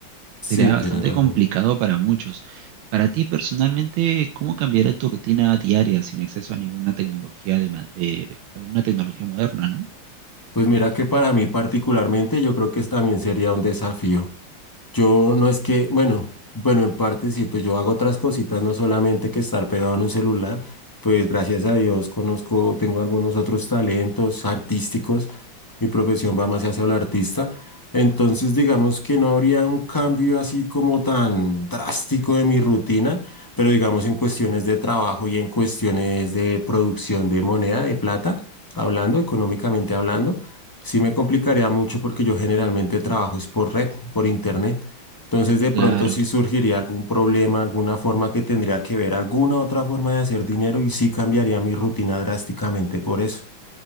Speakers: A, on the right; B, on the left.
A: Sería
B: Sí, tienes
A: bastante
B: razón.
A: complicado para muchos. Para ti personalmente, ¿cómo cambiaría tu rutina diaria sin acceso a ninguna tecnología de, ma- de alguna tecnología moderna, ¿no?
B: Pues mira que para mí particularmente yo creo que es también sería un desafío. Yo no es que, bueno, bueno, en parte sí, pues yo hago otras cositas, no solamente que estar pegado en un celular, pues gracias a Dios conozco, tengo algunos otros talentos artísticos, mi profesión va más hacia el artista, entonces digamos que no habría un cambio así como tan drástico de mi rutina, pero digamos en cuestiones de trabajo y en cuestiones de producción de moneda, de plata, hablando, económicamente hablando. Sí me complicaría mucho porque yo generalmente trabajo es por red, por internet. Entonces, de pronto
A: Claro,
B: sí surgiría algún problema, alguna forma que tendría que ver, alguna otra forma de hacer dinero y sí cambiaría mi rutina drásticamente por eso.